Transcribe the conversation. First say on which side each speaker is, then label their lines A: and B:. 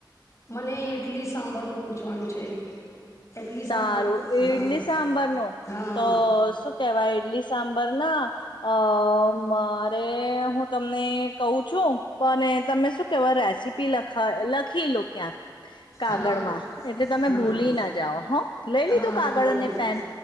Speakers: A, on the left; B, on the left.
A: મને ઈટલી સંભારનું પૂછવાનું છે. એટલી
B: સારું
A: સાંભર
B: ઈડલી
A: હા
B: સાંભર નું?
A: હા
B: તો શું કેવાય ઈડલી સાંભ પર ના અ મારે હું તમને કહું છું અને તમે શું કેવા રેસીપી લખ લખી લો ક્યાંક. કાગળમાં
A: હા
B: એટલે તમે
A: હા
B: ભૂલી
A: હા
B: ના જાઓ હ લઈ લીધું
A: હા
B: કાગળ
A: હું લખી
B: અને
A: લઉં
B: પેન.